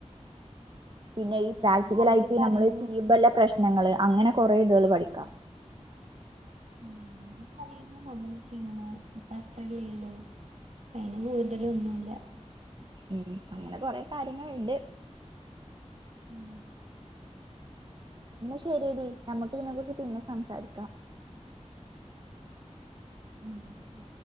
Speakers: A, on the right; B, on the right.
A: പിന്നെ ഈ പ്രാക്ടിക്കലയിട്ട്
B: എന്താ അവര് പറയുന്നു
A: നമ്മള് ചില്ലമ്പോ പ്രശ്നങ്ങള് അങ്ങനെ കുറേ ഇതുകൾ പഠിക്കാം
B: ഉം അവരൂ പറയണ നമ്മള് ചെയ്യണോ ഇപ്പ അത്രല്ലേള്ളൂ അയിന് കൂടുതലന്നുമല്ല
A: ഉം അങ്ങനെ കൊറെ കാര്യങ്ങളുണ്ട്
B: ഉം
A: എന്നെ ശരിയടി നമുക്ക് ഇതിനെ കുറിച്ച് പിന്നെ സംസാരിക്കാം
B: ഉം ഉം